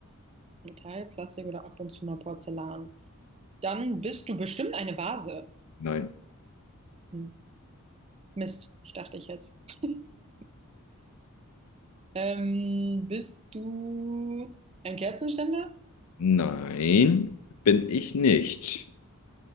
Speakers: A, on the right (about 25°); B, on the left (about 80°).
A: Metall, Plastik oder ab und zu mal Porzellan. Dann bist du bestimmt eine Vase.
B: Nein.
A: Hm. Mist, ich dachte ich jetzt. <laughs> Ähm, bist du ein Kerzenständer?
B: Nein, bin ich nicht.